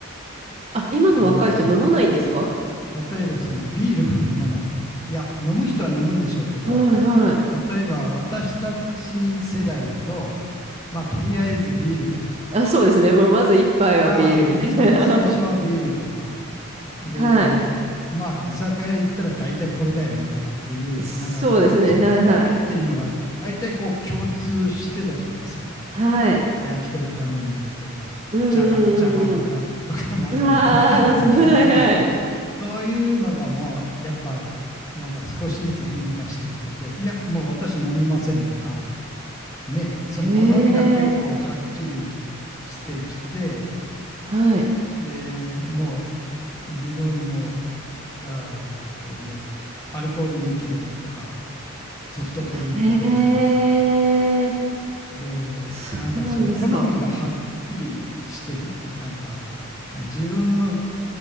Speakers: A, on the right; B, on the left.
A: あ、今の若い人飲まないんですか
B: あの、例えばそのビールを飲まないとか、いや、飲む人は飲むんでしょうけど、
A: はいはい。
B: 例えば私たち世代だと、まあ、とりあえずビールとか、
A: あ、そうですね。もうまず一杯はビールみたいな。
B: まあ、さ最初はビールとか、
A: <laughs>
B: で、
A: はい。
B: まあ、居酒屋行ったら大体これだよねとかっていう、
A: そうですね。
B: なんか、その好みっていうのが、
A: はいはい。
B: 大体こう共通してたじゃないですか。
A: はい。
B: 焼き鳥頼んだりとか、
A: うんうんうん
B: じゃが、じゃがバタとか、なんかいる
A: うん。ああ、
B: <laughs>
A: 懐かしいはいはい。
B: なんかそういうのがもうやっぱなんか少しずつ変化してきてて、いや、もう私飲みませんとか、ね、その好みが結構はっきりしてきて、
A: へえ。はい。
B: で、もう自分も、じゃあ、えっと、もうアルコール抜きでとか、ソフトドリンクでとか、
A: へえ。
B: で、
A: そうなんですか。
B: なんかそう、好みがはっきりしてる。なんか、その自分の好